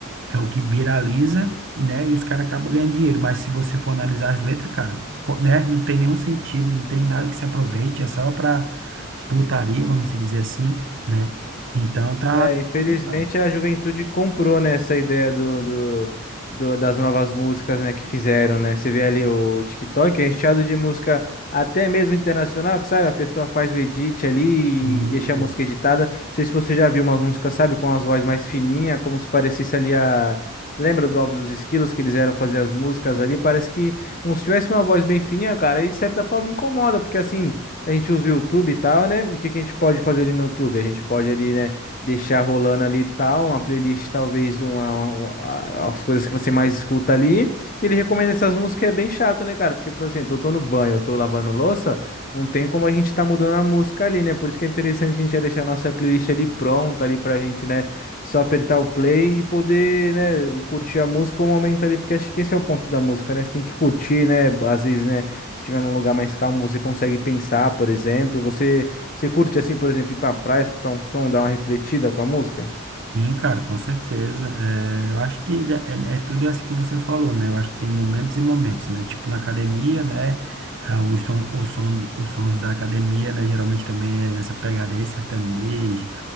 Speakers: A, on the right; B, on the left.
A: é o que viraliza, né? E os caras acabam ganhando dinheiro. Mas se você for analisar as letras, cara, co- né? Não tem nenhum sentido, não tem nada que se aproveite, é só pra putaria, vamos dizer assim, né? Então tá
B: É, infelizmente
A: complicado.
B: a juventude comprou, né, essa ideia do, do, do- das novas músicas, né, que fizeram, né? Você vê ali o TikTok é recheado de música até mesmo internacional, que sabe, a pessoa faz o edit ali
A: Sim,
B: e deixa a música editada. Não sei se você já viu umas músicas, sabe, com as vozes mais fininhas, como se parecesse ali a... Você lembra do Alves e os Esquilos, que eles eram fazer as músicas ali? Parece que como se tivesse uma voz bem fininha, cara, e de certa forma incomoda, porque assim, a gente usa o YouTube e tal, né? E o que que a gente pode fazer ali no YouTube? A gente pode ali, né? deixar rolando ali e tal, uma playlist, talvez uma, uma- um, a- as coisas que você mais escuta ali. Ele recomenda essas músicas, é bem chato, né, cara? Porque, por exemplo, eu tô no banho, eu tô lavando louça, não tem como a gente tá mudando a música ali, né? Por isso que é interessante a gente já deixar a nossa playlist ali pronta ali pra gente, né? Só apertar o play e poder, né, e curtir a música um momento ali, porque acho que esse é o ponto da música, né? Você tem que curtir, né? Às vezes, né, se estiver num lugar mais calmo, você consegue pensar, por exemplo, você você curte, assim, por exemplo, ir pra praia, escutar um som, dar uma refletida com a música?
A: sim, cara, com certeza. É, eu acho que é, é é tudo isso que você falou, né? Eu acho que tem momentos e momentos, né? Tipo na academia, né? Ah, O som, o som, os sons da academia, né? Geralmente também é nessa pegada aí, sertanejo.